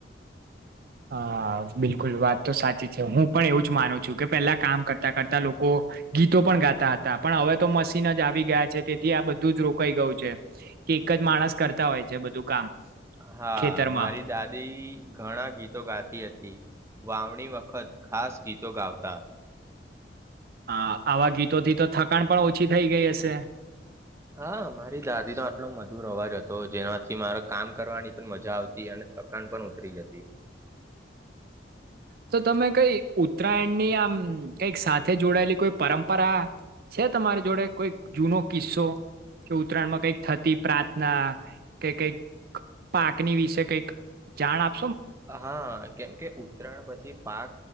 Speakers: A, on the right; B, on the right.
A: હા બિલકુલ વાત તો સાચી છે હું પણ એવું જ માનું છું કે પેલા કામ કરતા કરતા લોકો ગીતો પણ ગાતા હતા પણ હવે તો મશીન જ આવી ગયા છે તેથી આ બધું જ રોકાઈ ગયું છે, કે એક જ માણસ કરતા હોય છે બધું કામ
B: હા
A: ખેતરમાં
B: મારી દાદી ઘણા ગીતો ગા તી હતી, વાવણી વખત ખાસ ગીતો ગાવતા.
A: હ આવા ગીતોથી તો થકાણ પણ ઓછી થઈ ગઈ હશે.
B: હા મારી દાદી નો આટલો મધુર અવાજ હતો જેનાથી મારે કામ કરવાની પણ મજા આવતી અને થકન પણ ઉતરી જતી.
A: તો તમે કઈ ઉ ઉત્તરાયણ ની આમ કઈક સાત્રા સાથે જોડાયેલી કોઈ પરંપરા છે તમારી જોડે કોઈ જૂનો કિસ્સો, કે ઉત્તરાયણ માં કઈક થતી પ્રાર્થના, કે કઈક પાકની વિશે કઈક જાણ આપ
B: હા કેમ કે ઉત્તરાયણ પછી પાક